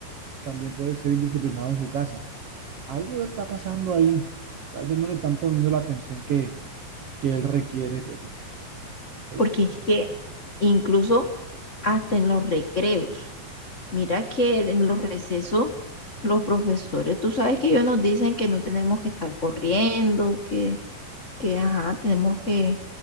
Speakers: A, on the right (about 70°); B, on the left (about 60°).
A: también puede ser indisciplinado en su casa. Algo está pasando ahí. Tal vez no le están poniendo la atención que, que él requiere, pero, pero
B: porque
A: sí,
B: es que incluso hasta en los recreos, mira que en los recesos, los profesores, tú sabes que ellos nos dicen que no tenemos que estar corriendo, que, que ajá, tenemos que